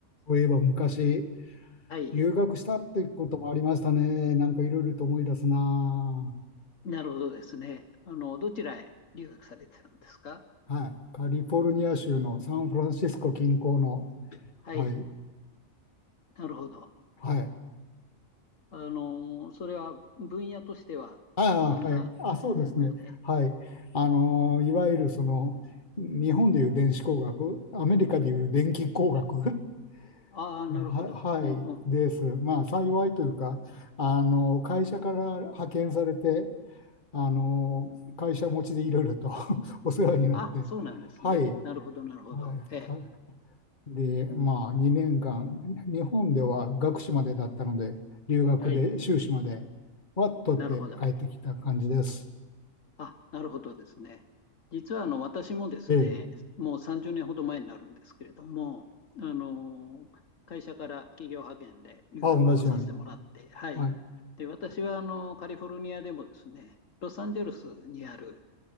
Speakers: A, on the left; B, on the left.
A: そういえば昔、
B: はい。
A: 留学したってこともありましたね。なんかいろいろと思い出すな
B: なるほどですね。あの、どちらへ留学されてたんですか
A: あ。はい。カリフォルニア州のサンフランシスコ近郊の、
B: はい。
A: はい。
B: なるほど。
A: はい。
B: あの、それは分野としてはどんな専攻で
A: ああ、はい。あ、そうですね。はい。あのーいわゆるその、日本でいう電子工学、アメリカでいう電気工学。
B: ああなるほど。
A: <laughs> は、はい、
B: うんうんうんうん
A: です。まあ、幸いというか、あの、会社から派遣されて、あの、会社持ちでいろいろと <laughs> お世話になって、
B: あ、そうなんですね。
A: はい、
B: なるほど、なるほど。
A: はい、
B: ええ
A: はで、まあ、2年間、日本では学士までだったので、留学で修士までは取って帰ってきた感じです。
B: はい。なるほど。あ、なるほどですね。実はあの私もですね、
A: ええ。
B: もう30年ほど前になるんですけれども、あの会社から企業派遣で留学をさせてもらって、
A: あ、同じように。
B: はい。
A: はい。
B: で、私はあのカリフォルニアでもですね、ロサンゼルスにある